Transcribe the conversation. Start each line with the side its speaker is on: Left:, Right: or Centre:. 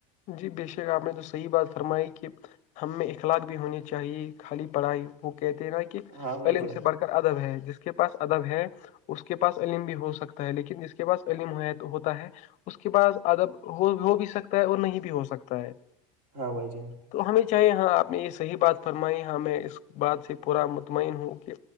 Left: جی بے شک آپ نے تو صحیح بات فرمائی کہ ہم میں اخلاق بھی ہونی چاہیے خالی پڑھائی وہ کہتے ہیں نا کہ
Right: ہاں بھائی
Left: علم
Right: جان
Left: سے بڑ ادب ہے جس کے پاس ادب ہے اس کے پاس عم بھی ہو سکتا ہے لیکن جس کے پاس عم ہوتا ہے اس کے بعس ادب ہو ہو بھی سکتا ہے اور نہیں بھی ہو سکتا ہے
Right: ہاں بھائی جان
Left: تو ہمیں چاہے ہاں آپ نے یہ صحیح بات فرمائی ہاں میں اس بات سے پورا مطمئن ہوں کہ